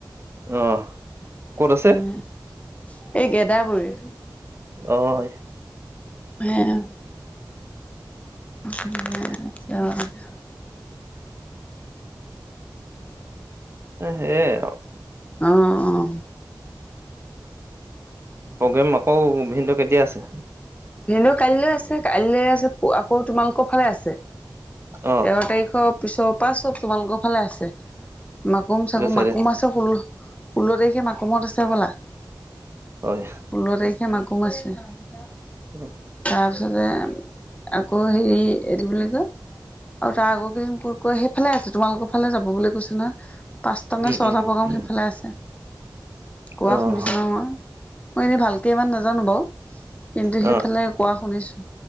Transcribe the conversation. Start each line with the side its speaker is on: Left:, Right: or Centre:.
Right: অ ক'ত আছে
Left: হম, সেই গেদাবৰিৰ।
Right: অ এ
Left: সেইয়া। <unintelligible> আৰু <unintelligible>
Right: অ', সেয়ে আৰু।
Left: অ, অহ।
Right: প্ৰগ্ৰেম আকৌ ভিনদেউৰ কেতিয়া আছে?
Left: ভিনদেউৰ কাইলৈ আছে কাইলৈ আছ আকৌ তোমালোকৰ ফালে আছে।
Right: অ
Left: তেৰ তাৰিখৰ পিছৰ পৰা চব তোমালোকৰ ফালে আছে। মাকুম
Right: সেইটো
Left: চাকুম
Right: চাইডে
Left: মাকুম আছে পৰ পোন্ধৰ তাৰিখে মাকুমত আছে হব'লা ষোল্ল
Right: হয়
Left: তাৰিখ।। সেই দিনা মাকুমত আছে।।
Right: অ।
Left: তাৰপিছতে আকৌ হেৰি এইটো বুলি কয়।। আৰু তাৰ আগৰ কেইদিন ক'ত কৈ সেইফালে অ তাৰ আগতে সেই ফালে আছে। তোমালোকৰ ফালে যাব বুলি কৈছো নহয়। পাঁচটা নে
Right: উম
Left: ছয়টা
Right: উম
Left: প্ৰগ্ৰাম সেইফালে আছে কোৱা
Right: অহ
Left: শুনিছো ন মই। মই এনে ভালকে।। সিমান নাজানো বাৰু কিন্তু
Right: অহ
Left: সেই।। ইফালে কোৱা শুনিছো,